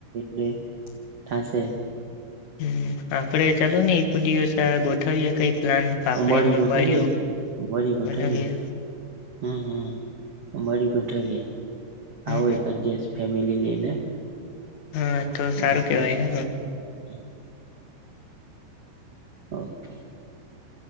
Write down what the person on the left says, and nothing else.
હમ્મ આપડે ચાલો ને એક દિવસ ગોઠવીએ કઈ. પ્લાન પાપડીનું
ઉંબાડિયું
બનાવીએ
હમ
હા તો
સારું
કેવાય હા.